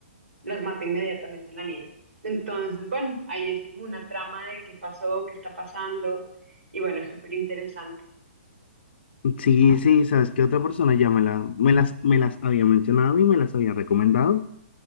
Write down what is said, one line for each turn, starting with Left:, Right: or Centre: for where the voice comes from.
Right: las mata inmediatamente la nieve. Entonces, bueno, ahí es como una trama de qué pasó, qué está pasando, y bueno, es súper interesante.
Left: Sí, sí, sabes que otra persona ya me la, me las, me las había mencionado y me las había recomendado.